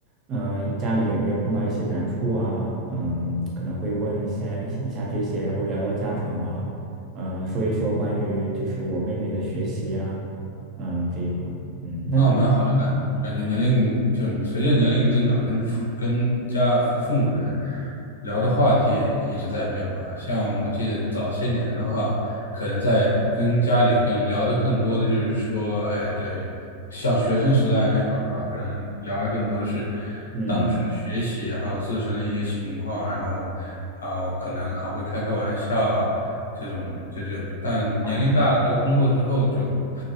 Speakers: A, on the right (about 30°); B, on the left (about 70°).
A: 嗯、家里有没有碰到一些难处啊，嗯，可能会问一下一下这些，然后聊聊家常啊，嗯、说一说关于就是我妹妹的学习啊，嗯，这一块儿嗯，那那你，
B: 哦，蛮好的感感觉，年龄就随着年龄增长跟，父跟家父母的聊的话题也一直在变吧。像我记得早些年的话，可能在跟家里更聊的更多的就是说，哎，对，像学生时代那会儿吧，可能聊的更多的是
A: 嗯，
B: 当时的学习，还有自身的一些情况，然后，然后可能还会开开玩笑，这种这种，但年龄大了之后，
A: 啊，
B: 工作之后就